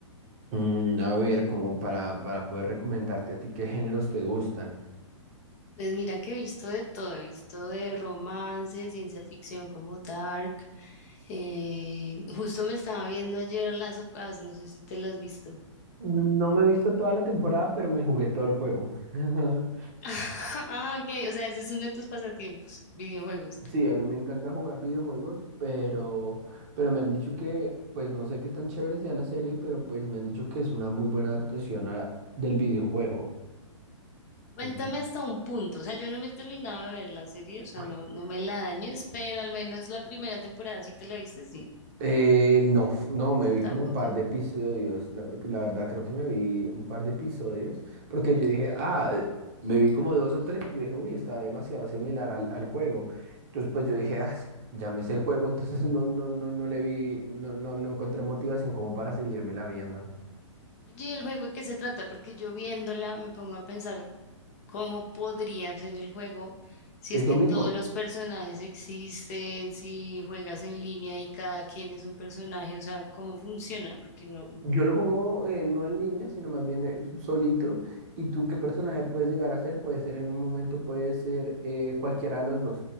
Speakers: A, on the right (about 30°); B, on the left (about 30°).
A: Mm, a ver, como para, para poder recomendarte a ti qué géneros te gustan.
B: Pues mira que he visto de todo, he visto de romance, ciencia ficción como Dark. eh, justo me estaba viendo ayer las of Us, no sé si te las has visto.
A: No me he visto toda la temporada, pero me jugué todo el juego. <laughs>
B: <laughs> Ah, ok, o sea, ese es uno de tus pasatiempos, videojuegos.
A: Sí, a mí me encanta jugar videojuegos, pero, pero me han dicho que, pues no sé qué tan chévere sea la serie, pero pues me han dicho que es una muy buena adaptación a- del videojuego.
B: Cuéntame
A: En-
B: hasta un punto, o sea, yo no me he terminado de ver la serie, o sea,
A: <laughs>
B: no, no me la dañes, pero al menos la primera temporada sí te la viste, sí,
A: Eh, no, no, me vi
B: tampoco.
A: como un par de episodios. La, la verdad, creo que me vi un par de episodios. Porque yo dije, ah, eh, me vi como dos o tres. Y yo dije, uy, está demasiado similar al, al juego. Entonces, pues yo dije, ah, s- ya me sé el juego. <laughs> Entonces, no, no, no, no le vi, no, no, no encontré motivación como para seguírmela viendo.
B: Oye, ¿y el juego de qué se trata? Porque yo viéndola me pongo a pensar cómo podría ser el juego si
A: Es
B: es
A: lo
B: que
A: mismo.
B: todos los personajes existen, si juegas en línea y cada quien es un personaje, o sea, ¿cómo funciona? Porque no.
A: Yo lo juego eh, no en línea, sino más bien eh, solito. ¿Y tú qué personaje puedes llegar a ser? Puede ser en un momento, puede ser eh, cualquiera de los dos.